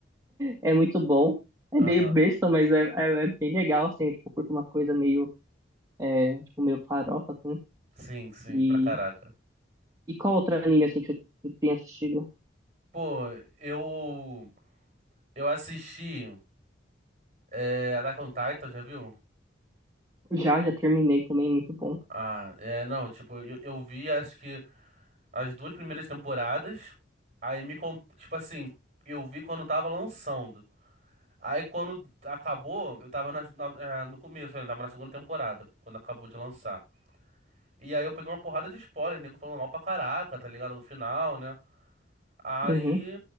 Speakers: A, on the right (about 20°); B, on the right (about 35°).
A: É muito bom. É
B: Aham.
A: meio besta, mas é, é, é bem legal, assim, eu, tipo, curto uma coisa meio é, tipo, meio farofa, assim.
B: Sim, sim,
A: E,
B: pra caraca.
A: e qual outro anime, assim, que você tem assistido?
B: Pô, eu. Eu assisti. É, Attack on Titan, já viu?
A: Já, já terminei também, muito bom.
B: Ah, é, não, tipo, eu, eu vi, acho que. as duas primeiras temporadas. Aí me, con- tipo assim, eu vi quando tava lançando. Aí quando acabou, eu tava na- na- eh, no começo, ainda tava na segunda temporada, quando acabou de lançar. E aí eu peguei uma porrada de spoiler, nego falando mal pra caraca, tá ligado? Do final, né? Aí
A: Uhum.